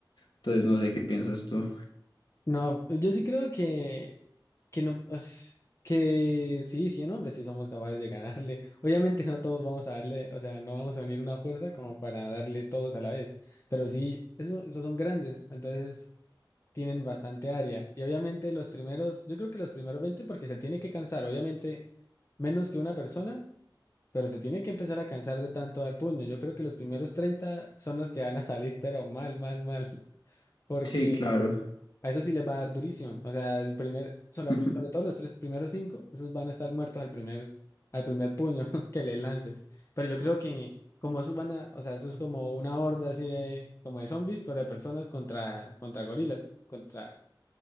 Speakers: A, on the left; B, on the left.
A: Entonces no sé qué piensas tú.
B: No, yo sí creo que, que no, es- que sí, 100 hombres sí somos capaces de ganarle. <laughs> Obviamente no todos vamos a darle, o sea, no vamos a unir una fuerza como para darle todos a la vez, pero sí, eso, esos son grandes, entonces tienen bastante área. Y obviamente los primeros, yo creo que los primeros veinte porque se tiene que cansar, obviamente menos que una persona, pero se tiene que empezar a cansar de tanto al puño. Yo creo que los primeros 30 son los que van a salir, <laughs> pero mal, mal, mal, <laughs> porque...
A: Sí, claro.
B: A eso sí les va a dar durísimo. O sea, el primer, sobre,
A: <laughs>
B: sobre todo los tres primeros cinco, esos van a estar muertos al primer, al primer puño <laughs> que les lance. Pero yo creo que como esos van a, o sea, eso es como una horda así de, como de zombies, pero de personas contra, contra gorilas, contra